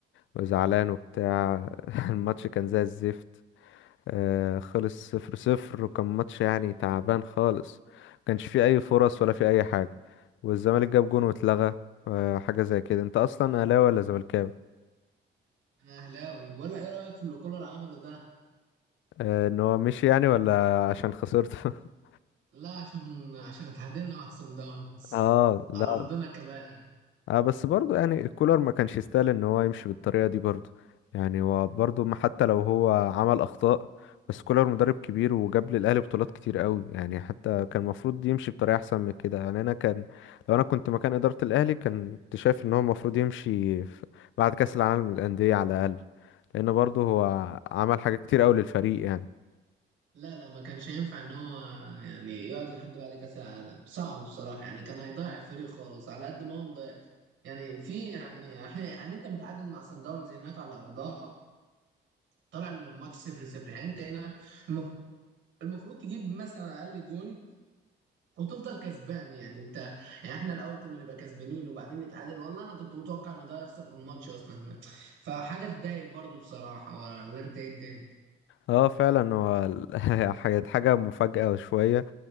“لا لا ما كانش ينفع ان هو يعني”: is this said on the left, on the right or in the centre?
Right